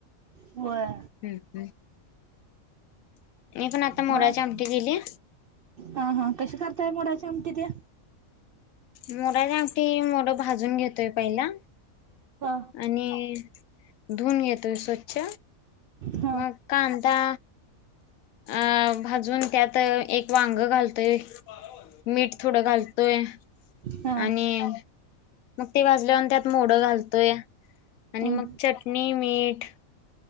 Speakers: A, on the right (about 65°); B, on the left (about 80°).
A: होय.
B: हम्म हम्म मी पण आता मोराची
A: मग
B: आमटी केली
A: हा हा कशी करताय मोडाची आमटी ते
B: मोडाची आमटी, मोडं भाजून घेतोय पहिला.
A: हा
B: आणि धुून घेतोय स्वच्छ.
A: ह <unintelligible>
B: मग कांदा अ भाजून त्यात एक वांग घालतोय. मीठ थोडं घालतोय
A: हा
B: आणि, मग ते भाजल्यावर त्यात मोडं घालतोय आणि
A: हम्
B: मग चटणी मीठ